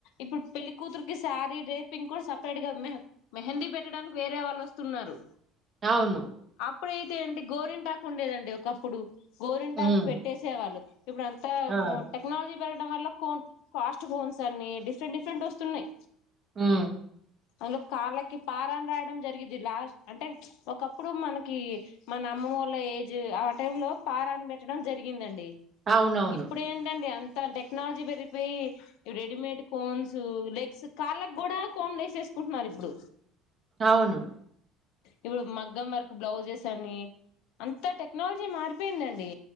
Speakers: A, on the left; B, on the right.
A: ఇప్పుడు పెళ్లి కూతురికి శారీ డ్రేపింగ్ కూడా సపరేట్ గా మెహ మెహందీ పెట్టడానికి వేరే వాళ్ళు వస్తున్నారు
B: అవును
A: అప్పుడు అయితే ఏంటి గోరింటాకు ఉండేదండి ఒకప్పుడు గోరింటాకు
B: ఉమ్.
A: పెట్టేసేవాళ్ళు ఇప్పుడు అంతా
B: ఆ.
A: మో టెక్నాలజీ పెరగడం వల్ల కోన్ ఫాస్ట్ కోన్స్ అనీ డిఫరెంట్ డిఫరెంట్ వస్తున్నాయి
B: ఆ
A: అందులో కాళ్ళకి పారాని రాయడం జరిగిది లాస్ట్ అంటే ఒకప్పుడు మనకి మన అమ్మ వాళ్ళ ఏజ్ ఆ టై లో పారాని పెట్టడం జరిగిందండి
B: అవునవును
A: ఇప్పుడు ఏంటండి అం త టెక్నాలజీ పెరిగిపోయి రెడీమేడ్ కోన్స్ లెగ్స్ కాళ్ళకి గుడా కోన్ వేసెస్కుంటున్నారు ఇప్పుడు
B: అవును
A: ఇప్పుడు మగ్గం వర్క్ బ్లౌజెస్ అని అంతా టెక్నాలజీ మారి పోయిందండి